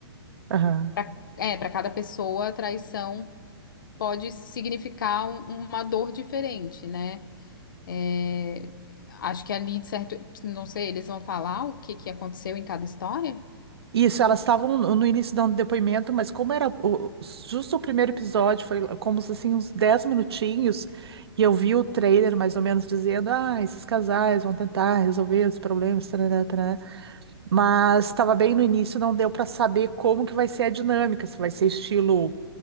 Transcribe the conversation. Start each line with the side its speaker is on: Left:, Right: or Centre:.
Right: Aham.
Left: pra- é, para cada pessoa, a traição pode significar um- uma dor diferente, né? É, acho que ali, de certo, não sei, eles vão falar o que que aconteceu em cada história?
Right: Isso, elas estavam no no início dando depoimento, mas como era o- justo o primeiro episódio, foi como se, assim uns 10 minutinhos, e eu vi o trailer mais ou menos dizendo, ah, esses casais vão tentar resolver os problemas, tarará, tarará. Mas estava bem no início, não deu para saber como que vai ser a dinâmica, se vai ser estilo